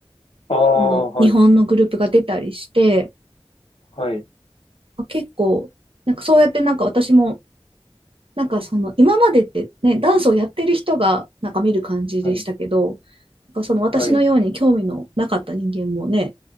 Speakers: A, on the left; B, on the right.
A: ああ、
B: あの日本のグループが出たりして
A: はい、はい、
B: 結構なんかそうやってなんか私もなんかその今までってねダンスをやってる人がなんか見る感じでしたけど
A: はい、
B: なんかその私のように興味のなかった人間もね
A: はい、